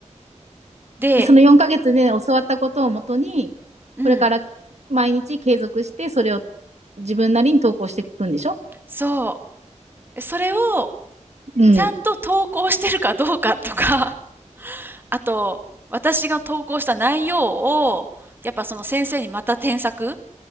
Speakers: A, on the right; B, on the right.
A: で、
B: その4ヶ月で教わったことをもとに、
A: うん、
B: これから毎日継続して、それを自分なりに投稿していくんでしょ
A: そう。それを、
B: うん。
A: ちゃんと投稿してるかどうかとか、あと、私が投稿した内容を、やっぱその先生にまた添削